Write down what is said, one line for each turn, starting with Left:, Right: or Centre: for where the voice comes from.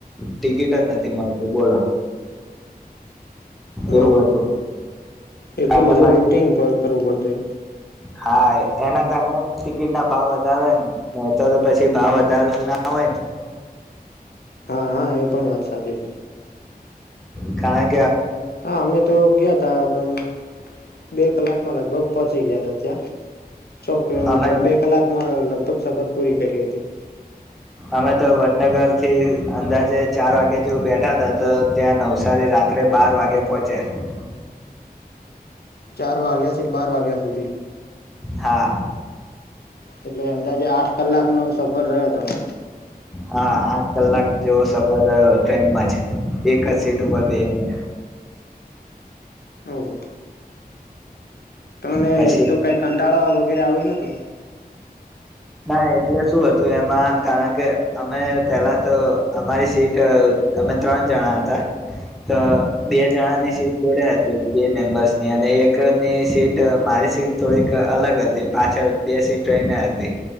Centre: ટિકિટ જ નથી મળતી બોલો. એવું
Left: ઓહો
Centre: હતું.
Left: એટલું
Centre: અને
Left: બધું
Centre: પાછી
Left: વેટિંગ ક કરવું પડતું એમ.
Centre: હા, એ એના કારણે ટિકિટના ભાવ વધારે હોય ન નહીં તો પછી ભાવ વધારે ના હોય ન.
Left: હા હા, એ પણ વાત સાચી છે.
Centre: કારન
Left: હા, અમે તો ગ્યાતા પણ બે કલાકમાં લગભગ પચ તઈ ગ્યાતા ત્યા. સો કિલોમીટર
Centre: અમે
Left: બે કલાકમાં અ લગભગ સફર પુરી. કેટલી હતી.
Centre: અમે તો વડનગરથી અંદાજે ચાર વાગે જેવું બેઠાતા તો ત્યાં નવસારી રાત્રે બાર વાગે પોહચ્યા.
Left: ચાર વાગ્યાથી બાર વાગ્યા સુધી.
Centre: હા.
Left: એટલે અંદાજે આઠ કલાકનો સફર રહ્યો તમારે.
Centre: હા, આઠ કલાક જેવો સફર થયો ટ્રેનમાં જ એક જ સીટ ઉપર બેહીને.
Left: ઓહો! તોને
Centre: પછી
Left: તો કાંઈક આન ટાળા વગેરે આવ્યો નતો.
Centre: ના એટલે શું હતું એમાં કારણ કે અમે પેલા તો અમારી સીટ અમે ત્રણ જણા હતા, તો બે જણાની
Left: હા
Centre: સીટ જોડે હત તો બે મેમ્બર્સની અને એકની સીટ મારી સીટ થોડીક અલગ હતી, પાછળ બે સીટ રહીને હતી.